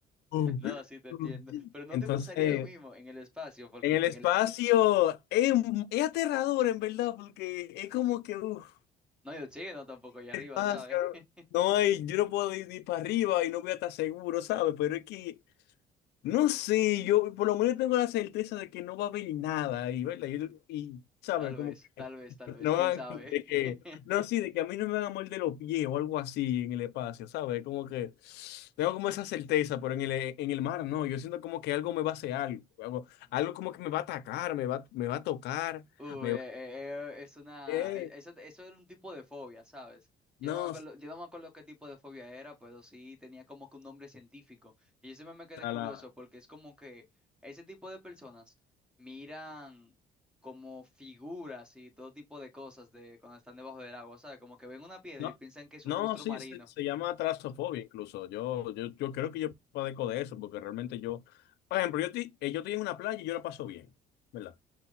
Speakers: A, on the left; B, in the centre.
A: uh,
B: No, sí te entiendo.
A: uh.
B: Pero no
A: Entonces,
B: te pasaría lo mismo en el espacio, porque
A: en el espacio
B: en el...
A: es, es aterrador, en verdad, porque es como que, uff.
B: No yo hay no tampoco allá arriba,
A: Ah,
B: ¿sabes?
A: sí, claro.
B: <laughs>
A: No hay, yo no puedo ir ni para arriba y no voy a estar seguro, ¿sabes? Pero es que, no sé, yo por lo menos tengo la certeza de que no va a haber nada y ¿verdad? Yo- y, ¿sabes?
B: Tal vez,
A: Como que
B: tal vez, tal
A: no
B: vez,
A: no
B: quién
A: van,
B: sabe.
A: <laughs> de que,
B: <laughs>
A: no, sí, de que a mí no me van a morder los pies o algo así en el espacio, ¿sabes? Como que tengo como esa certeza, pero en el, en el mar no, yo siento como que algo me va a hacer algo, algo, algo como que me va a atacar, me va, me va a tocar,
B: Uy,
A: me
B: eh, eh,
A: va a...
B: eh, es una,
A: Eh,
B: e- eso, eso era un tipo de fobia, ¿sabes?
A: no,
B: Yo no me acuerdo, yo no me acuerdo qué tipo de fobia era, pero sí tenía como que un nombre científico. Y yo siempre me quedé
A: está
B: curioso
A: la...
B: porque es como que ese tipo de personas miran como figuras y todo tipo de cosas de cuando están debajo del agua, ¿sabes? Como que ven una piedra
A: No,
B: y piensan que es
A: no,
B: un monstruo
A: sí,
B: marino.
A: se, se llama trasofobia incluso. Yo, yo, yo creo que yo padezco de eso, porque realmente yo, por ejemplo, yo estoy, eh, yo estoy en una playa y yo la paso bien, ¿verdad?